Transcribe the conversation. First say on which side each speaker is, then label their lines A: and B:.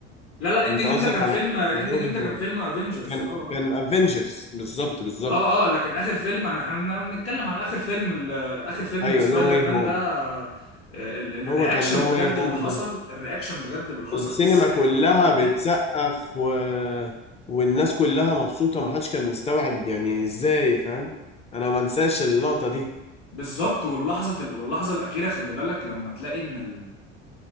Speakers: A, on the left; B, on the left.
A: لا لا اند
B: انت
A: جيم
B: قصدك
A: ده كان
B: على
A: فيلم اند
B: نو
A: جيم
B: واي
A: ده
B: هوم
A: كان فيلم افنجرز
B: كان
A: اه
B: كان افنجرز بالظبط بالظبط
A: اه اه آه، لكن اخر فيلم انا احنا بنتكلم على اخر فيلم ال- اخر فيلم
B: ايوه
A: السبايدر
B: نو واي
A: مان
B: هوم
A: ده آه، ال- ال- الرياكشن
B: هو كان نو
A: بجد
B: واي هوم
A: اللي حصل
B: ده
A: الرياكشن بجد اللي حصل
B: السينما
A: في السينما
B: كلها
A: في الفترة دي
B: بتسقف و... والناس كلها مبسوطه محدش كان مستوعب يعني ازاي فاهم انا ما انساش اللقطه دي
A: بالظبط واللحظة في ال- واللحظة الأخيرة خلي بالك لما تلاقي إن ال-